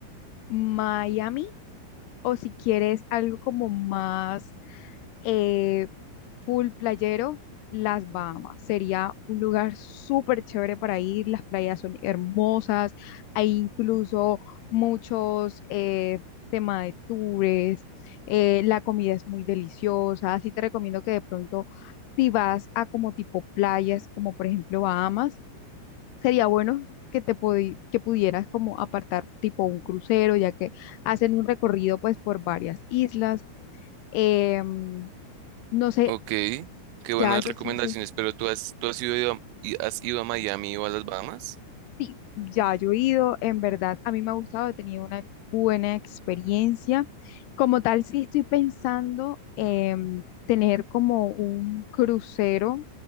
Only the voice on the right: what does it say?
Ok, qué buenas
recomendaciones,
pero tú has, tú has ido a, y has ido a Miami o a las Bahamas?